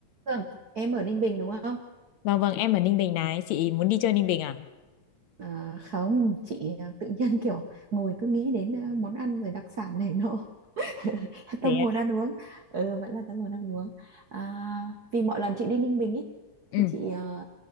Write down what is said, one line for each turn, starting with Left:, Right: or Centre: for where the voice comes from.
Right: Vâng, em ở Ninh Bình đúng không?
Left: Vâng vâng, em ở Ninh Bình này, chị muốn đi chơi Ninh Bình à?
Right: À, không, chị à, tự nhiên kiểu ngồi cứ nghĩ đến à, món ăn rồi đặc sản này nọ <laughs> tâm
Left: Thế
Right: hồn
Left: ạ.
Right: ăn uống ừ, vẫn là tâm hồn ăn uống à, vì mọi lần chị đi Ninh Bình ý, thì
Left: Ừ,
Right: chị à,